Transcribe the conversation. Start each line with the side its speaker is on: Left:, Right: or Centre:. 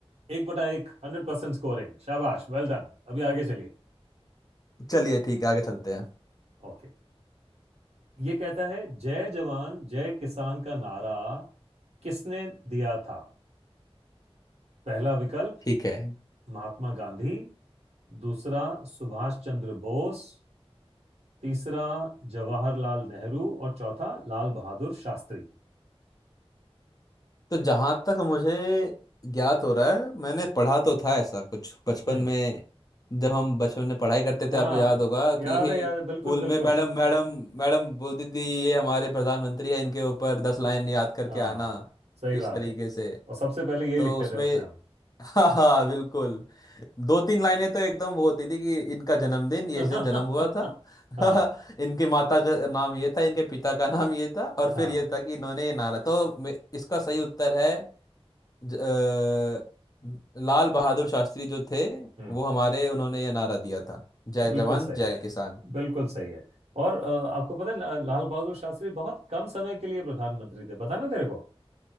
Right: एक बटा एक हंड्रेड परसेंट स्कोरिंग शाबाश वेल डन अभी आगे चलिए
Left: चलिए ठीक है आगे चलते हैं
Right: ओके ये कहता है जय जवान जय किसान का नारा किसने दिया था पहला विकल्प
Left: ठीक है
Right: महात्मा गांधी दूसरा सुभाष चंद्र बोस तीसरा जवाहरलाल नेहरू और चौथा लाल बहादुर शास्त्री
Left: तो जहां तक मुझे ज्ञात हो रहा है मैंने पढ़ा तो था ऐसा कुछ बचपन
Right: हम्म
Left: में जब हम बचपन में पढ़ाई करते
Right: हाँ
Left: थे आपको याद होगा
Right: याद
Left: कि
Right: है याद है बिल्कुल
Left: स्कूल
Right: बिल्कुल
Left: में मैडम मैडम मैडम बोलती थी ये हमारे प्रधानमंत्री है इनके ऊपर दस लाइन याद करके
Right: हाँ
Left: आना
Right: सही
Left: इस
Right: बात
Left: तरीके
Right: है
Left: से
Right: और सबसे पहले यही
Left: तो
Right: लिखते
Left: उसमें
Right: थे उसमें हम
Left: हाँ हाँ बिल्कुल दो तीन लाइनें तो एकदम वो होती थी कि इनका जन्मदिन ये
Right: <laughs>
Left: इस दिन जन्म हुआ था
Right: हाँ
Left: <laughs> इनकी माता का नाम ये था इनके पिता का नाम ये था और
Right: हाँ
Left: फिर ये था कि इन्होंने ये नारा तो मे- इसका सही उत्तर है ज- अ, लाल बहादुर शास्त्री जो थे
Right: हम्म
Left: वो हमारे उन्होंने ये नारा दिया था जय
Right: बिल्कुल
Left: जवान
Right: सही
Left: जय
Right: है
Left: किसान
Right: बिल्कुल सही है और अ, आपको पता है ला- लाल बहादुर शास्त्री बहुत कम समय के लिए प्रधानमंत्री थे पता ना तेरे को